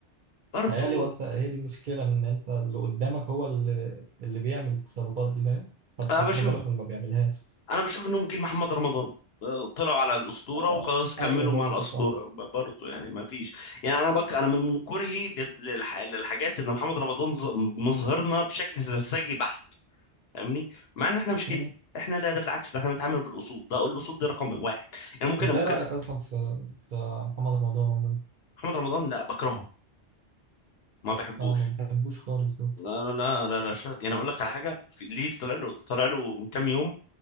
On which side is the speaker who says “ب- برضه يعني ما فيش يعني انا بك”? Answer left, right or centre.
Left